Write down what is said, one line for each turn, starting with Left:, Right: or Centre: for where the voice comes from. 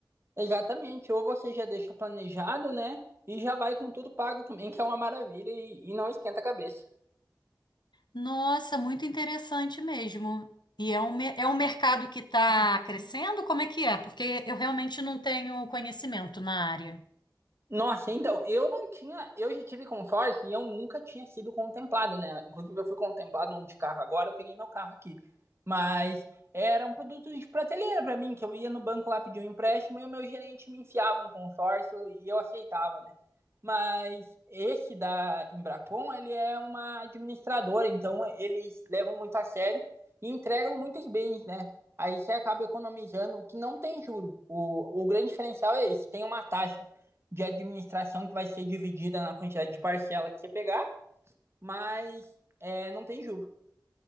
Right: exatamente. Ou você já deixa planejado, né? E já vai com tudo pago também, que é uma maravilha e, e não esquenta a cabeça.
Left: Nossa, muito interessante mesmo. E é um, mer- é um mercado que está crescendo? Como é que é? Porque eu realmente não tenho conhecimento na área.
Right: Nossa, então, eu não tinha, eu já tive consórcio e eu nunca tinha sido contemplado, né? Inclusive, eu fui contemplado num de carro agora, eu peguei meu carro aqui. Mas era um produto de prateleira para mim, que eu ia no banco lá pedir um empréstimo e o meu gerente me enfiava um consórcio e eu aceitava, né? Mas esse da Embracon, ele é uma administradora, então eles levam muito a sério e entregam muitos bens, né? Aí você acaba economizando, o que não tem juro. O, o grande diferencial é esse, tem uma taxa de administração que vai ser dividida na quantidade de parcela que você pegar, mas é, não tem juros.